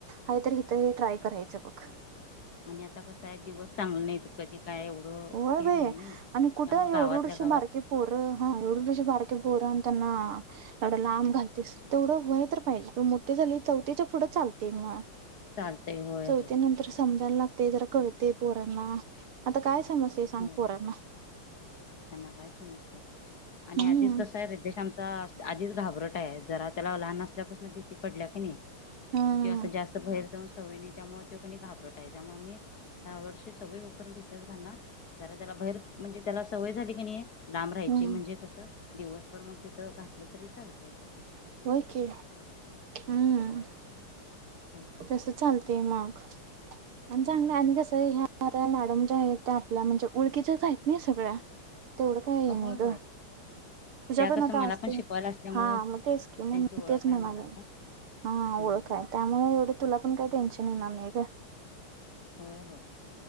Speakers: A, on the right (about 75°); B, on the left (about 45°).
A: हो तर इथही ट्राय करायचं बघ.
B: आणि आता कस आहे दिवस चांगला नाही कधी. काय एवढं
A: होय
B: हे
A: भे
B: नाही नाही
A: आणि कुठं
B: त्यामुळे
A: एवढेढशी
B: गावातल्या गावात
A: बारके पोर हा एवढडशी बारके पोर आणि त्यांना. एवढा लांब घालतेस तेवढं वय तर पाहिजे मोठी झाली चौथीच्या पुढं चालते म.
B: चालतय होय
A: चौथी
B: होय
A: नंतर समजायला लाग ते जर कळते पोरांना आता काय. समस्या सांग
B: हो
A: पोर ना.
B: त्यांना काय समजते. आणि
A: हम्म
B: आधीच कसं आहे रिद्धेश आमचा. आधीच घाबरट आहे, जरा त्याला लहान असल्यापासून भीती पडल्या. किंवा
A: हम्म
B: असं जास्त भहेर जाऊन. सवय त्यामुळे तो कोणी घाबरत आहे, त्यामुळे मी त्या वर्षी सवय. तथ घा ज त्याला बैर. <unintelligible> म्हणजे त्याला. सवय झाली कण नई. लांब राहायची
A: हम्म
B: म्हणजे कसं दिवसभर मग तिथं घातलं तरी चालतं
A: हो क हम्म
B: हं,
A: तस चालतेय मग <unintelligible> आणि चांगलं
B: हं.
A: आणि कसं ह्या णजे आपल्या म्हणजे उळखीच्याच आहेत ना सगळ्या तेवढं काय आहे
B: होय
A: नाही
B: होय
A: ग तुझ्या
B: त्या
A: पण
B: कसं
A: आता
B: मला
A: असते
B: पण शिकवायला असल्यामुळं
A: हा मग तेच क मग
B: त्यांची ओळख
A: तेच
B: आहे
A: म मला
B: पण
A: हा
B: हं,
A: ढखय
B: हं.
A: त्यामुळे तुला पण काही टेन्शन येणार नाही ग.
B: होय बय